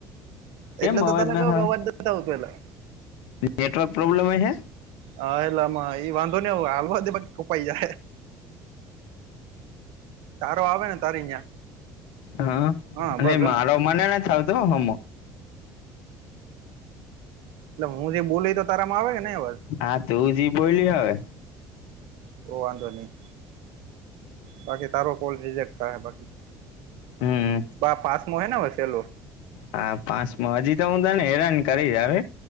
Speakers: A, on the right; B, on the left.
A: એટલે
B: કેમ
A: તો
B: અવાજ
A: તને
B: ના
A: કવું કવાર
B: આવે
A: દતા પેલા
B: નેટવર્ક પ્રોબ્લેમ હ છે
A: હા એલામાં એઈ વાંધો નને હાલવા દે કોપાઈ જાય તારો આવે ને તારી ન્યા
B: હા
A: હા બસ
B: ન
A: ગણ
B: મારો મનેને થાવતોું હમ
A: એટલે હું જે બોલીય તો તારામાં આવે ને અવાજ
B: હા તું જી બોલી હવે
A: તો વાંધો નહી બાકી તારો કોલ રેક થ બાકી
B: હમ
A: બા પાસ મો હને વસેલો
B: હા પાંચમ હજી તો હું તને હેરાન કરી હ